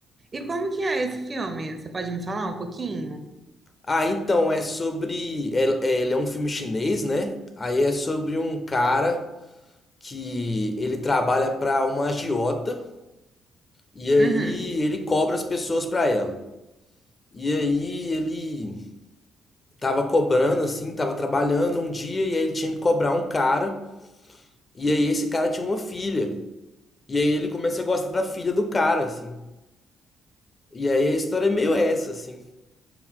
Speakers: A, on the right; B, on the left.
A: E como que é esse filme? Você pode me falar um pouquinho?
B: Ah, então é sobre, é- é- ele é um filme chinês, né? Aí é sobre um cara que ele trabalha para uma agiota e aí
A: Uhum.
B: ele cobra as pessoas para ela. E aí ele tava cobrando, assim, tava trabalhando um dia e aí ele tinha que cobrar um cara. E aí esse cara tinha uma filha. E aí ele começa a gostar da filha do cara, assim. E aí a história é meio essa, assim.